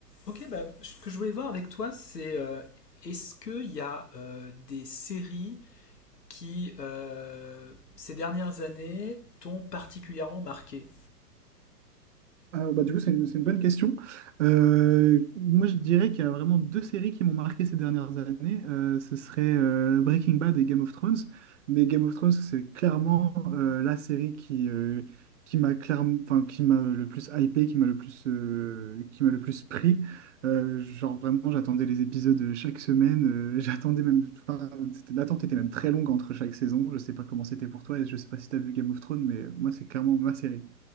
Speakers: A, on the left; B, on the right.
A: Ok, bah, ce que je voulais voir avec toi, c'est euh, est-ce qu'il y a euh, des séries qui, euh, ces dernières années, t'ont particulièrement marqué?
B: Ah, bah, du coup, c'est une, c'est une bonne question. Euh, moi, je dirais qu'il y a vraiment deux séries qui m'ont marqué ces dernières années. Euh, ce serait euh, Breaking Bad et Game of Thrones. Mais Game of Thrones, c'est clairement euh, la série qui, euh, qui m'a clairement, enfin, qui m'a le plus hypé, qui m'a le plus, euh, qui m'a le plus pris. Euh, genre, vraiment, j'attendais les épisodes euh, chaque semaine. euh, <laughs> j'attendais même, enfin, c'était- l'attente était même très longue entre chaque saison. Je sais pas comment c'était pour toi et je sais pas si tu as vu Game of Thrones, mais moi, c'est clairement ma série.